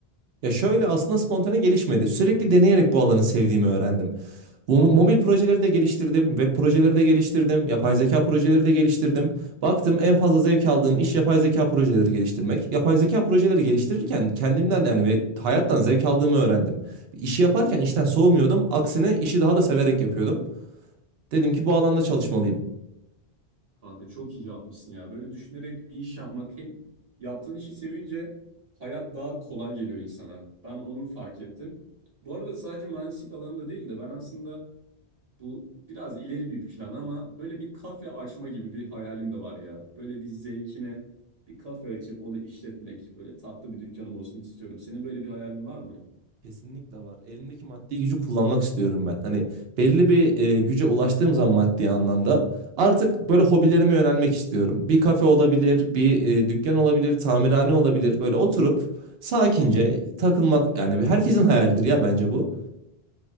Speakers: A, on the right; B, on the right.
A: Ya şöyle aslında spontane gelişmedi. Sürekli deneyerek bu alanı sevdiğimi öğrendim. Bu mo- mobil projeleri de geliştirdim, web projeleri de geliştirdim, yapay zeka projeleri de geliştirdim. Baktım en fazla zevk aldığım iş yapay zeka projeleri geliştirmek. Yapay zeka projeleri geliştirirken kendimden yani ve hayattan zevk aldığımı öğrendim. İşi yaparken işten soğumuyordum. Aksine işi daha da severek yapıyordum. Dedim ki bu alanda çalışmalıyım.
B: Kanka çok iyi yapmışsın ya. Böyle düşünerek bir iş yapmak hem yaptığın işi sevince hayat daha kolay geliyor insana. Ben onu fark ettim. Bu arada sadece mühendislik alanında değil de ben aslında bu biraz ileri bir plan ama böyle bir kafe açma gibi bir hayalim de var ya. Böyle bir zevkine bir kafe açıp onu işletmek, böyle tatlı bir dükkanım olsun istiyorum. Senin böyle bir hayalin var mı?
A: Kesinlikle var. Elimdeki maddi gücü kullanmak istiyorum ben. Hani belli bir e, güce ulaştığım zaman maddi anlamda artık böyle hobilerime yönelmek istiyorum. Bir kafe olabilir, bir e, dükkan olabilir, tamirhane olabilir. Böyle oturup sakince takılmak yani herkesin hayalidir ya bence bu.